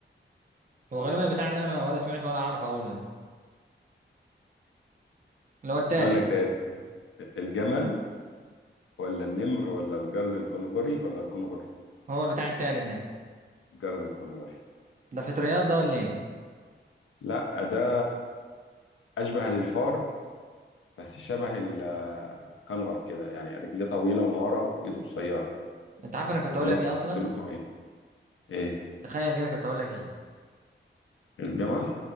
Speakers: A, on the right (about 40°); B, on the left (about 80°).
A: هو غالبا البتاع اللي انا ولا سمعته ولا اعرف اقوله ده اللي هو التالت
B: اقول لك تاني الجمل ولا النمر ولا الجرز الكنغري ولا الكنغر
A: هو البتاع التالت ده
B: الجرز الكنغري
A: ده فطريات ده ولا ايه
B: لا ده اشبه للفار بس شبه ال- الكنغر كده يعني رجليه طويله من ورا وايده قصيره
A: انت عارف انا كنت
B: وضلوع
A: اقول لك ايه اصلا
B: ضلوع طويل ايه
A: تخيل كده كنت اقول لك ايه
B: الجمل